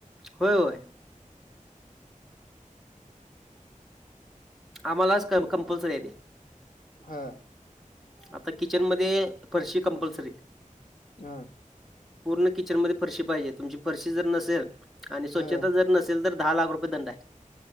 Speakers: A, in the centre; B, on the left (about 80°).
A: होय होय आम्हालाच कम कंपल्सरी आहे ते
B: हा
A: आता किचनमध्ये फरशी कंपल्सरी
B: हा
A: पूर्ण किचन मध्ये फरशी पाहिजे तुमची फरशी जर नसेल आणि स्वच्छता
B: हां.
A: जर नसेल तर दहा लाख रुपय दंड आहे